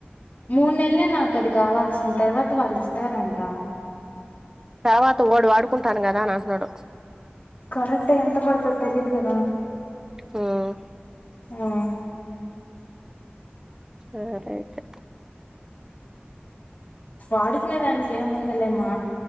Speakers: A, on the left; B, on the right.
A: మూడు నెల్లే నాకు అది కావాల్సిన తర్వాత వాళ్ళు ఇస్తారంట
B: తర్వాత వాడు వాడుకుంటాను కదా అని అంటున్నాడు
A: కరెక్ట్ ఎంత పడతది తెలిదు గద
B: హ్మ్
A: మ్మ్
B: సరే అయితే
A: వాడుకునే దానికి ఏముందిలేమా